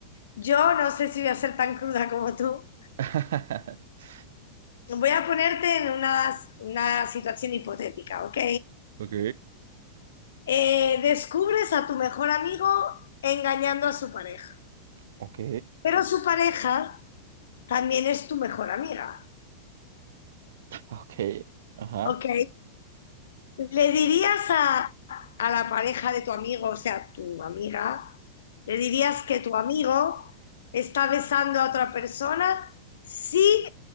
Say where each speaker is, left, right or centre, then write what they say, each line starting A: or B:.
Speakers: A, on the left (about 80°); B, on the right (about 75°).
A: Yo no sé si voy a ser tan cruda como tú,
B: <laughs>
A: Voy a ponerte en una, una situación hipotética, ¿ok?
B: Ok,
A: Eh, descubres a tu mejor amigo engañando a su pareja,
B: ok,
A: pero su pareja también es tu mejor amiga,
B: ok, ajá.
A: ¿ok? ¿Le dirías a, a la pareja de tu amigo, o sea, tu amiga, le dirías que tu amigo está besando a otra persona, sí